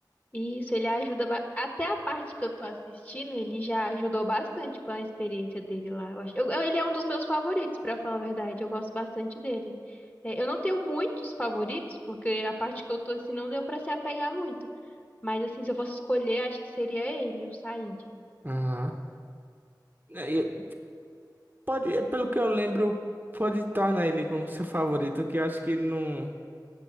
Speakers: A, on the left; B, on the right.
A: Isso, ele ajuda. ba- Até a parte que eu tô assistindo, ele já ajudou bastante com a experiência dele lá. Eu acho... eu- eu- ele é um dos meus favoritos, pra falar a verdade. Eu gosto bastante dele. É, eu não tenho muitos favoritos, porque a parte que eu tô assim não deu pra se apegar muito. Mas assim, se eu fosse escolher, acho que seria ele, o Said.
B: Aham. É, e Pode, pelo que eu lembro, pode tornar ele como seu favorito, que eu acho que ele não,